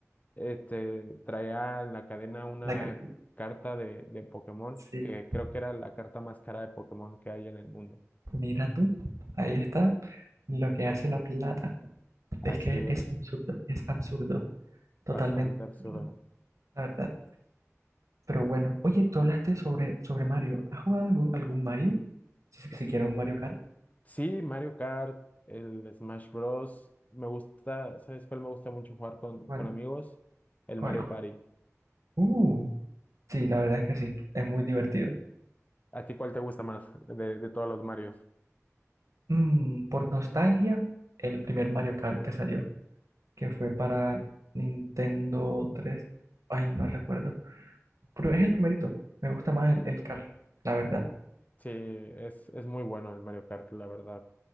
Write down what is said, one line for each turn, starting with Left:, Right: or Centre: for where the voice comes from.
Left: este, traía en la cadena una
Right: La que-
Left: carta de, de Pokémon,
Right: sí,
Left: que creo que era la carta más cara de Pokémon que hay en el mundo.
Right: mira tú, ahí está lo que hace la plata.
Left: Así
Right: Es que
Left: es,
Right: es absurdo, es absurdo, totalmente
Left: bastante
Right: absurdo.
Left: absurdo.
Right: la verdad. Pero bueno, oye, tú hablaste sobre, sobre Mario. ¿Has jugado algún, algún Mario? Si,
Left: Es-
Right: siquiera un Mario Kart.
Left: Sí, Mario Kart, el Smash Bros. Me gusta, ¿sabes cuál me gusta mucho jugar con,
Right: ¿Cuál?
Left: con amigos? El
Right: ¿Cuál?
Left: Mario Party.
Right: Uh, sí, la verdad es que sí, es muy divertido.
Left: ¿A ti cuál te gusta más de, de todos los Marios?
Right: Mm, por nostalgia, el primer Mario Kart que salió, que fue para Nintendo 3 Ay, no recuerdo. Pero es el primerito. Me gusta más el, el Kart, la verdad.
Left: Sí, es, es muy bueno el Mario Kart, la verdad.